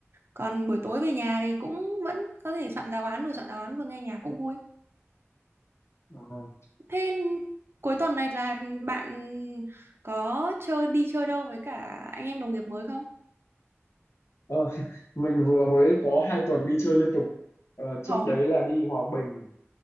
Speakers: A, on the right; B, on the left.
A: còn buổi tối về nhà thì cũng vẫn có thể soạn giáo án vừa soạn giáo án vừa nghe nhạc cũng vui
B: Ờ,
A: thế cuối tuần này là bạn có chơi đi chơi đâu với cả anh em đồng nghiệp mới không
B: ờ, <laughs> mình vừa mới có hai tuần đi chơi liên tục. Ờ, trước
A: Hầu
B: đấy là đi Hòa Bình,